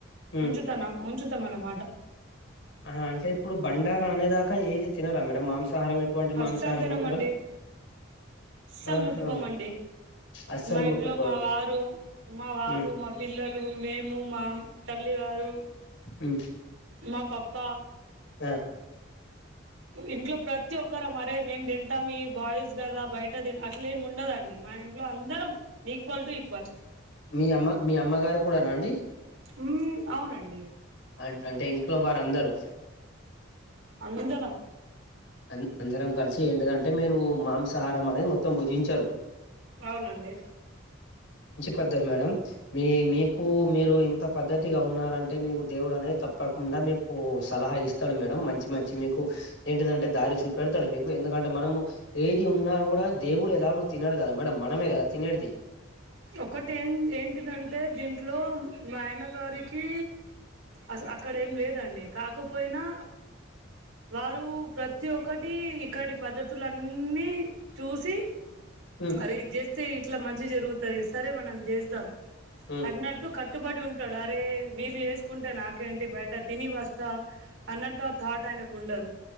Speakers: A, on the left; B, on the right.
A: ఉమ్,
B: ఉంచితన ఉంచతమనమాట
A: ఆ అంటే ఇప్పుడు బండారా అనేదాకా ఏది తినారా మేడం మాంస సాహారం ఎటువంటి మాంసాహారం
B: అస్సలు తినమండి
A: ముట్టరు
B: అస్సలు
A: ఆహా
B: ముట్టుకోమండి
A: అస్సలు
B: మా
A: ముట్టుకోరు
B: ఇంట్లో మా వారు మా వారు
A: మ్మ్
B: మా పిల్లలు మేము మా తల్ తల్లి గారు
A: ఉ
B: మా పప్పా
A: ఆ
B: ఇంట్లో ప్రతి ఒక్కరం ఆరే మేము తింటాం ఈ బాయ్స్ కదా బయట తి అట అట్లెం ఉండదండి మా ఇంట్లో అందరం ఈక్వల్ టు ఈక్వల్
A: మీ అమ్మ మీ అమ్మగారు కూడానా అండి
B: ఊ అవునండి
A: అ అంటే ఇంట్లో వారందరు
B: అందలం
A: అన్ అందరం కలిసి ఏంటిదంటే మీరు మాంసాహారం అనేది మొత్తం భుజించరు
B: అవునండి
A: పద్ద్దతి మేడం మీ మీకు మీరు ఇంత పద్ద్దతిగా ఉన్నారంటే మీకు దేవుడు అనేది తప్పకుండ మీకు సలహా ఇస్తడు మేడం మంచి మంచి మీకు ఎంటిదంటే దారి చూపెడతాడు మీకు ఎందుకంటే మనము ఏది ఉన్నా కూడా దేవుడు ఎలానో తినడు కద మేడం మనమే కదా తినేటిది
B: ఒకటి ఏం ఏంటిదంటే దీంట్లో మాయనగారికి అస అక్కడ ఏం లేదండి కాకపోయినా వారు ప్రతి ఒక్కటి ఇక్కడి పద్ధతులన్నీ చూసి
A: మ్మ్
B: అరే ఇది చేస్తే ఇట్లా మంచి జరుగుతది సరే మనం చేద్దాం
A: మ్మ్
B: అన్నట్టు కట్ కట్టుబడి ఉంటాడు అరే వీళ్లు చేసుకుంటే నాకేంటి బయట తిని వస్తా అన్నట్టు ఆ థాట్ ఆయన ఉండదు